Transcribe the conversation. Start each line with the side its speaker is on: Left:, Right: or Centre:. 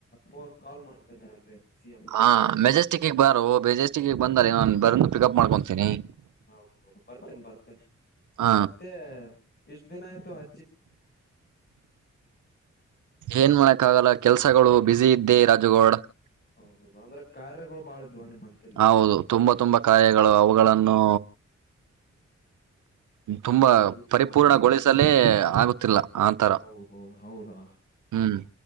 Left: ಪೋ ಕಾಲ್ ಮಾಡ್ತೇನೆ ಅಲ್ಲಿ ಸಿ ಎಂ
Right: ಹಾ
Left: ಲೇಔಟ್ಗೆ
Right: ಮೆಜೆಸ್ಟಿಕ್ಕೀಗ್ ಬಾರೋ ಮಜೆಸ್ ಬಂದ ನಾನು ಬಂದು ಪಿಕಪ್ ಮಾಡ್ಕೊಂತೀನಿ
Left: ಹೌದೌದು ಬರ್ತೇನಿ ಬರ್ತೇನಿ
Right: ಹ
Left: ಮತ್ತೆ ಎಷ್ಟ್ ದಿನ ಆಯ್ತು ಹ
Right: ಏನ್ ಮಾಡಕ್ಕ ಆಗಲ್ಲ ಕೆಲ್ಸಗಳು ಬಿಸಿ ಇದ್ದೆ ರಾಜುಗೌಡ <inaudible>
Left: ಹೌದೌದು ಅಂದ್ರೆ ಕಾರ್ಯಗಳು ಬಾಳ ಇದ್ವಾ ನಿಮ್ಮಂತಲ್ಲಿ
Right: ಹೌದು ತುಂಬಾ ತುಂಬಾ ಕಾಯಿಗಳು ಅವುಗಳನ್ನು ತುಂಬಾ
Left: ಮುಗಿಸಿ
Right: ಪರಿಪೂರ್ಣಗೊಳಿಸಲೇ
Left: ಹೌದು
Right: ಆಗುತ್ತಿಲ್ಲ ಆತರ
Left: ಹೌದೌದು ಹೌದಾ
Right: ಹ್ಮ್